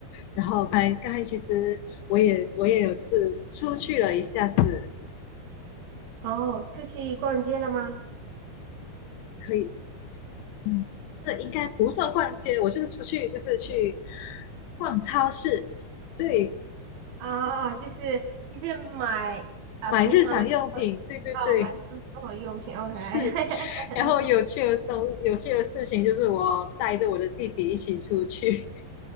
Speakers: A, on the left; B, on the right.
A: 然后刚才刚才其实我也我也有就是出去了一下子，
B: 哦，出去逛街了吗？
A: 可以嗯，这应该不算逛街，我就是出去就是去逛超市，对，
B: 啊，就是就是买。啊，
A: 买日常用品，
B: 平常的
A: 对对对，
B: 哦，买生活用品，OK。
A: 是。
B: <laughs>
A: 然后有趣的东，有趣的事情就是我带着我的弟弟一起出去。